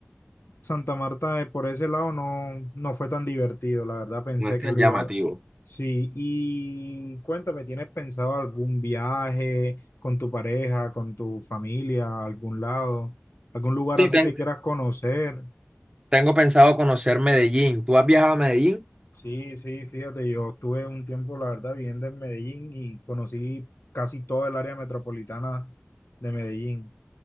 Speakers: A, on the left; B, on the right.
A: Santa Marta eh, por ese lado no, no fue tan divertido, la verdad pensé
B: No es tan
A: que lo
B: llamativo.
A: iba. Sí, y cuéntame, ¿tienes pensado algún viaje con tu pareja, con tu familia, a algún lado, algún lugar
B: Sí,
A: así
B: ten-
A: que quieras conocer?
B: tengo pensado conocer Medellín. ¿Tú has viajado a Medellín?
A: Sí, sí, fíjate, yo estuve un tiempo, la verdad, viviendo en Medellín y conocí casi toda el área metropolitana de Medellín.